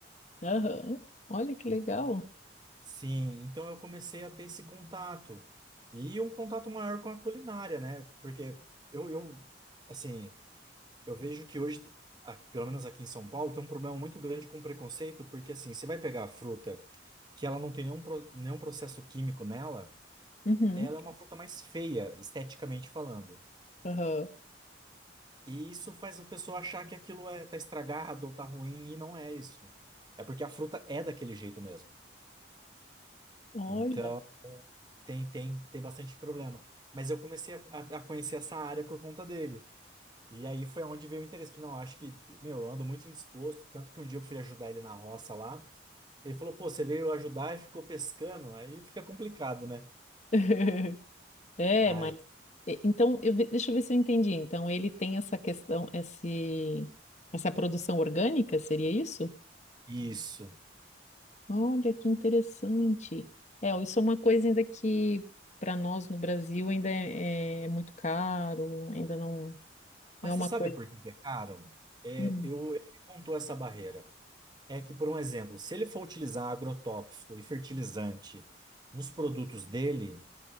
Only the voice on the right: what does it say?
Então,
Sim, então eu comecei a ter esse contato. E um contato maior com a culinária, né? Porque eu, eu assim, eu vejo que hoje, a- pelo menos aqui em São Paulo, tem um problema muito grande com preconceito, porque assim, você vai pegar a fruta que ela não tem nenhum, pro- nenhum processo químico nela,
ela é uma fruta mais feia, esteticamente falando.
E isso faz a pessoa achar que aquilo é, tá estragado ou tá ruim, e não é isso. É porque a fruta é daquele jeito mesmo.
Então, tem, tem, tem bastante problema. Mas eu comecei a, a conhecer essa área por conta dele. E aí foi onde veio o interesse. Falei, Não, acho que, meu, eu ando muito indisposto. Tanto que um dia eu fui ajudar ele na roça lá. Ele falou, pô, você veio ajudar e ficou pescando. Aí fica complicado, né?
Ai,
isso.
Mas
você sabe
por que que é caro? É,
eu, ele me contou essa barreira. É que, por um exemplo, se ele for utilizar agrotóxico e fertilizante nos produtos dele.